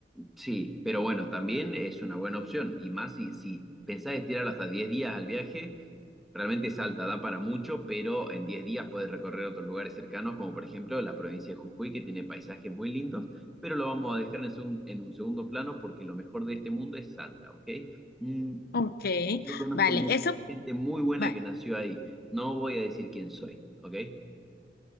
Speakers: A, in the centre; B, on the left.
A: sí, pero bueno, también es una buena opción, y más si, si pensás estirar hasta 10 días al viaje, realmente Salta da para mucho, pero en 10 días podés recorrer otros lugares cercanos, como por ejemplo la provincia de Jujuy, que tiene paisajes muy lindos, pero lo vamos a dejar en, segun- en un segundo plano porque lo mejor de este mundo es Salta, ¿ok? Mm,
B: Ok,
A: yo conozco
B: vale,
A: mu-
B: eso,
A: gente muy buena
B: vale,
A: que nació ahí. No voy a decir quién soy, ¿ok?